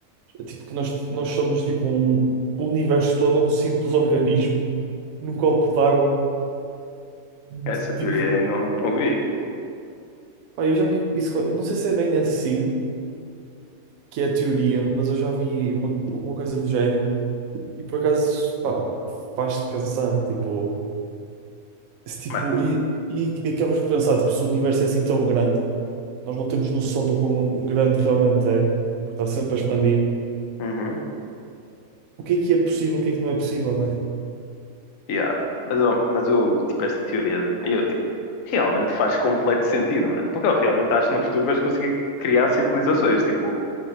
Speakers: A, on the right; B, on the left.
A: é tipo que nós, nós somos tipo um o universo todo é um simples organismo num copo d'água, de-
B: É essa teoria
A: tipo.
B: aí, não, não ouvi.
A: Pá, eu já vi isso, eu não sei se é bem assim que é a teoria, mas eu já vi uma, uma coisa do género e por acaso, pá, faz-te pensar, tipo. Se, Tipo,
B: Mano,
A: e, e acabas por pensar, tipo, se o universo é assim tão grande, nós não temos noção do quão grande realmente é, porque está sempre a expandir.
B: uhum,
A: O que é que é possível, o que é que não é possível, né?
B: yeah. Mas, eu- mas eu, tipo, esta teoria, eu, tipo, realmente faz completo sentido, mano. Porque eu realmente acho que no futuro vais conseguir criar civilizações, tipo,